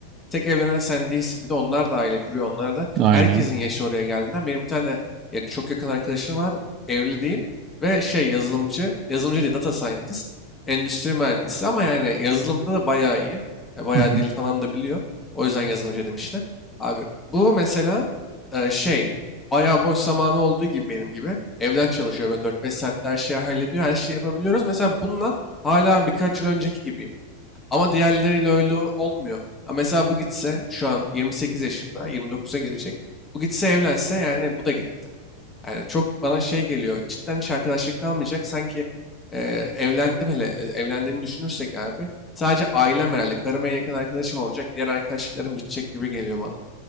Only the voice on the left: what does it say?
Tek evlenen sen değilsin. Bir de onlar da aile kuruyor. Onlar da
herkesin yaşı oraya geldiğinden. Benim bir tane de ya- çok yakın arkadaşım var. Evli değil. Ve şey yazılımcı, yazılımcı değil data scientist, endüstri mühendisi ama yani yazılımda da bayağı iyi. Ya bayağı
dil falan da biliyor. O yüzden yazılımcı dedim işte. Abi bu mesela e, şey bayağı boş zamanı olduğu gibi benim gibi. Evden çalışıyor böyle 4-5 saatte her şeyi hallediyor. Her şeyi yapabiliyoruz. Mesela bununla hala birkaç yıl önceki gibi ama diğerleriyle öyle ol- olmuyor. Ha mesela bu gitse şu an 28 yaşında, 29'a girecek. Bu gitse evlense yani bu da gitti. Yani çok bana şey geliyor. Cidden hiç arkadaşlık kalmayacak. Sanki e, evlendim hele e, evlendiğimi düşünürsek abi. Sadece ailem herhalde. Karım en yakın arkadaşım olacak. Diğer arkadaşlıklarım bitecek gibi geliyor bana.